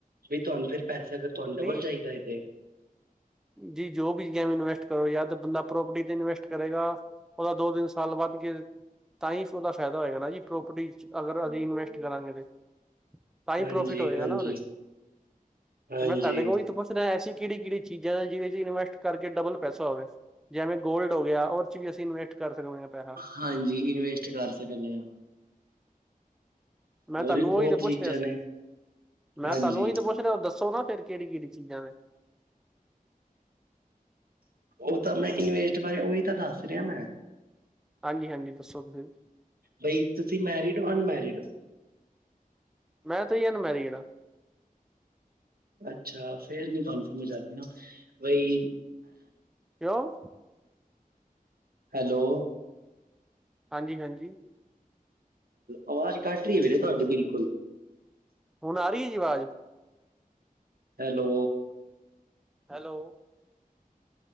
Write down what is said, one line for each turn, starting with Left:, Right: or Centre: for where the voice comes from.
Right: ਵੀ ਤੁਆਨੂੰ ਫੇਰ ਪੈਸੇ ਅਗਰ ਤੁਹਾਨੂੰ ਡਬਲ
Centre: ਨਈ।
Right: ਚਾਹੀਦਾ ਹੈ ਤੇ
Centre: ਜੇ ਜੋਬ ਵਿੱਚ ਕੇਵੇ ਇਨਵੈਸਟ ਕਰੋਂ ਯਾ ਤਾਂ ਬੰਦਾਂ ਪ੍ਰੋਪਰਟੀ ਤੇ ਇਨਵੈਸਟ ਕਰੇਂਗਾ। ਉਦਾ ਦੋ-ਤਿੰਨ ਸਾਲ ਵੱਧਗੇ। ਤਾਂ ਹੀ ਓਦਾ ਫ਼ਾਇਦਾ ਹੋਏਗਾ ਨਾ ਜੀ, ਪ੍ਰੋਪਰਟੀ ਚ ਅਗਰ ਅਹੀ ਇਨਵੈਸਟ ਕਰਾਂਗੇ ਤੇ ਤਾਂ ਹੀ
Right: ਹਾਂਜੀ
Centre: ਪ੍ਰੋਫਿਟ ਹੋਏਗਾ
Right: ਹਾਂਜੀ
Centre: ਨਾ ਓਦੇ ਚ।
Right: ਹਾਂਜੀ।
Centre: ਤੇ ਮੈਂ ਤੁਹਾਡੇ ਕੋਲ ਉਹੀ ਤਾਂ ਪੁੱਛ ਰਿਹਾ, ਐਸੀ ਕਿੜੀ ਕਿੜੀ ਚੀਜ਼ਾਂ ਨੇ ਜਿਵੇਂ-ਜਿਵੇਂ ਇਨਵੈਸਟ ਕਰਕੇ ਡਬਲ ਪੈਸਾ ਹੋਵੇ। ਜਿਵੇਂ ਗੋਲਡ ਹੋ ਗਿਆ ਓਦ ਚ ਵੀ ਅਸੀ ਇਨਵਸਟ ਕਰ ਸਕਦੇ ਆ ਪੈਹਾ
Right: ਹਾਂਜੀ ਇਨਵੈਸਟ ਕਰ ਸਕਦੇ ਹਾਂ
Centre: ਮੈਂ
Right: ਹੋਰ
Centre: ਤਾਨੂੰ
Right: ਵੀ ਬਹੁਤ
Centre: ਉਹੀ ਤੇ ਪੁੱਛ
Right: ਚੀਜ਼ਾਂ
Centre: ਰਿਹਾ ਸੀ,
Right: ਨੇ
Centre: ਮੈਂ
Right: ਹਾਂਜੀ
Centre: ਤਾਨੂੰ ਉਹੀ ਤੇ ਪੁੱਛ ਫੇਰ ਦੱਸੋ ਨਾ ਫੇਰ ਕਿਹੜੀ ਕਿਹੜੀ ਚੀਜ਼ਾਂ ਨੇ?
Right: ਉਹ ਤਾਂ ਮੈਂ ਇਨਵੇਸਟ ਬਾਰੇ ਉਹੀ ਤਾਂ ਦੱਸ ਰਿਹਾ ਮੈਂ।
Centre: ਹਾਂਜੀ ਹਾਂਜੀ ਦੱਸੋ ਫਿਰ?
Right: ਬਈ ਤੁਸੀਂ ਮੈਰਿਡ ਹੋ, ਅਨਮੈਰਿਡ ਹੋ?
Centre: ਮੈਂ ਤਾਂ ਜੀ ਅਨਮੈਰਿਡ ਹਾਂ।
Right: ਅੱਛਾ ਫੇਰ ਨੀ ਤੁਹਾਨੂੰ ਸਮਝ ਆਣੀ ਨਾ, ਬਈ
Centre: ਕਿਉਂ?
Right: ਹੈਲੋ।
Centre: ਹਾਂਜੀ ਹਾਂਜੀ।
Right: ਆਵਾਜ਼ ਕੱਟ ਰਹੀ ਵੀਰੇ ਤੁਹਾਡੀ ਬਿਲਕੁਲ।
Centre: ਹੁਣ ਆ ਰਹੀ ਏ ਜੀ ਆਵਾਜ਼।
Right: ਹੈਲੋ।
Centre: ਹੈਲੋ।